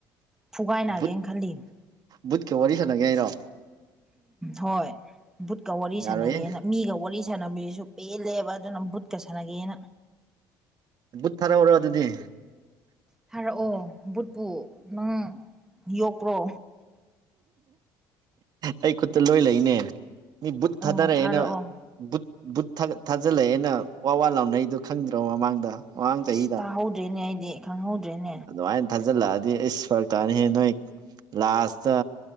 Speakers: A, in the centre; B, on the right.
A: ꯐꯨꯒꯥꯏꯅꯒꯦꯅ
B: ꯕꯨꯠ
A: ꯈꯜꯂꯤꯝꯅꯤ
B: ꯕꯨꯠꯀ ꯋꯥꯔꯤ ꯁꯥꯟꯅꯒꯦ ꯍꯥꯏꯔꯣ
A: ꯍꯣꯏ ꯕꯨꯠꯀ ꯋꯥꯔꯤ
B: ꯌꯥꯔꯣꯏꯌꯦ
A: ꯁꯥꯟꯅꯒꯦꯅ ꯃꯤꯒ ꯋꯥꯔꯤ ꯁꯥꯟꯅꯕꯁꯨ ꯄꯦꯜꯂꯦꯕ ꯑꯗꯨꯅ ꯕꯨꯠꯀ ꯁꯥꯟꯅꯒꯦꯅ
B: ꯕꯨꯨꯠ ꯊꯥꯔꯛꯎꯔꯣ ꯑꯗꯨꯗꯤ
A: ꯐꯥꯔꯛꯑꯣ ꯕꯨꯠꯄꯨ ꯅꯪ ꯌꯣꯛꯄ꯭ꯔꯣ
B: ꯑꯩ ꯈꯨꯠꯇ ꯂꯣꯏ ꯂꯩꯅꯦ ꯃꯤ ꯕꯨꯠ
A: ꯑꯣ
B: ꯊꯥꯗꯔꯛꯑꯦꯅ
A: ꯊꯥꯔꯛꯑꯣ
B: ꯕꯨꯠ ꯊꯥꯖꯤꯜꯂꯛꯑꯦꯅ ꯋꯥꯋꯥ ꯂꯥꯎꯅꯩꯗꯣ ꯈꯪꯗ꯭ꯔꯣ ꯃꯃꯥꯡꯗ ꯃꯃꯥꯡ ꯆꯍꯤꯗ
A: ꯑꯁ ꯇꯥꯍꯧꯗ꯭ꯔꯦꯅꯦ ꯑꯩꯗꯤ ꯈꯪꯍꯧꯗ꯭ꯔꯦꯅꯦ
B: ꯑꯗꯨꯃꯥꯏꯅ ꯊꯥꯖꯤꯜꯂꯛꯑꯗꯤ ꯏꯁ ꯐꯔꯛ ꯀꯥꯅꯤꯍꯦ ꯅꯣꯏ ꯂꯥꯁꯇ